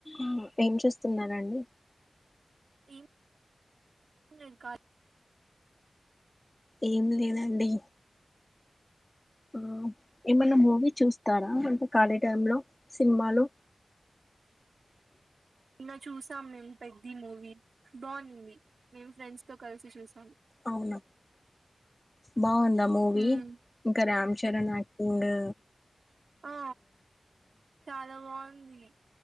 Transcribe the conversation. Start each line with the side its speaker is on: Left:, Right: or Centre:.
Left: హ్ ఏం చేస్తున్నారండి
Right: ఏం లేదు కాలీ
Left: ఏం లేదండి ఆ ఏమన్నా మూవీ చూస్తారా అంటే ఖాళీ టైం లో సినిమాలు
Right: నీన్న చూసాం మేం పెద్ది మూవీ బాగుండింది. మేం ఫ్రెండ్స్ తో కలిసి చూసాము
Left: అవునా బాగుందా మూవీ
Right: ఉమ్,
Left: ఇంకా రాం చరన్ ఆక్టింగ్
Right: ఆ చాలబాగుంది ఉంది